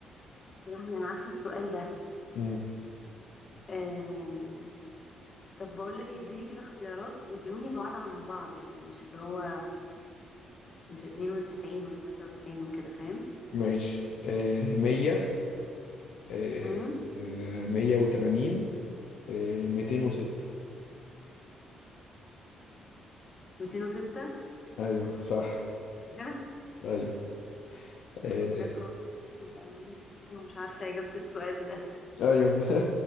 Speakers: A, on the left; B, on the left.
A: يا لهوي انا عارفة السؤال ده
B: مم.
A: آه... طب بقول لك اديني كده اختيارات واديوني بعض عن بعض يعني مش اللي هو مش 92 و93 وكده فاهم
B: ماشي آه، مية آه،
A: امم
B: آه، مية وتمانين آه، ميتين وستة
A: 206
B: أيوه صح
A: بجد
B: أيوه آه،
A: بجد والله يعني ببقى يعني دكتور ومش عارفة إجابة السؤال ده
B: أيوه <laughs>